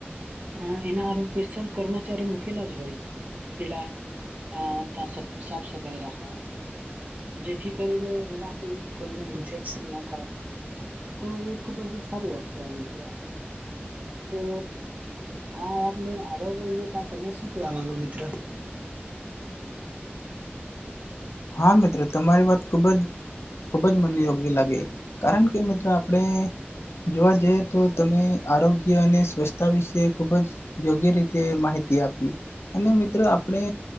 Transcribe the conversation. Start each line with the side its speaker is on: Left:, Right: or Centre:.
Right: હ એના હારુ સ્પેશ્યલ કર્મચારી મૂકેલા જ હોય પેલા અ ત સફ સાફ સફાઈ રાખવા જેથી કરીને એનાથી કોઈને ઇન્ફેક્શન ના થાય તો એ ખુબ જ સારી વાત કહેવાય મિત્ર તો આ વાતને આગળ લઈ જે તો તમે શું કેવા માંગો મિત્ર?
Left: હા મિત્ર તમારી વાત ખુબ જ ખૂબ જ મને યોગ્ય લાગે કારણ કે મિત્રો આપણે જોવા જઈએ તો તમે આરો ગ્ય અને સ્વચ્છતા વિશે ખૂબ જ યોગ્ય રીતે માહિતી આપી અને મિત્ર આપણે